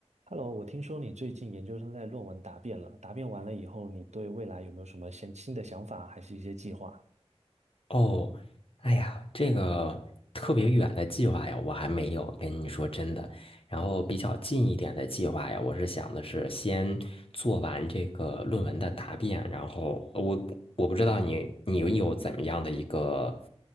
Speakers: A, on the right (about 85°); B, on the left (about 55°).
A: Hello，我听说你最近研究生在论文答辩了，答辩完了以后，你对未来有没有什么新新的想法，还是一些计划？
B: 哦，哎呀，这个特别远的计划呀，我还没有跟你说真的。然后比较近一点的计划呀，我是想的是先做完这个论文的答辩，然后我我不知道你你有怎么样的一个